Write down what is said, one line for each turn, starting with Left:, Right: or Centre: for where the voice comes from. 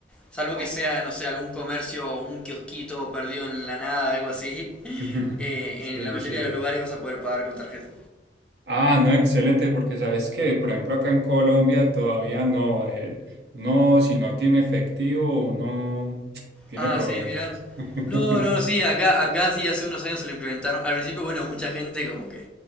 Centre: Salvo
Right: Ah,
Centre: que sea, no sé, algún comercio o un kiosquito perdido en la nada, algo así. <laughs>
Right: <laughs>
Centre: eh,
Right: Sí,
Centre: en la mayoría
Right: sí.
Centre: de los lugares vas a poder pagar con tarjeta.
Right: Ah, no, excelente, porque sabes que, por ejemplo, acá en Colombia todavía no. eh, uno, si no tiene efectivo, uno <tsk> tiene
Centre: Ah,
Right: problemas.
Centre: sí, mirá. No,
Right: <laughs>
Centre: no, sí, acá, acá sí, hace unos años se lo implementaron. Al principio, bueno, mucha gente como que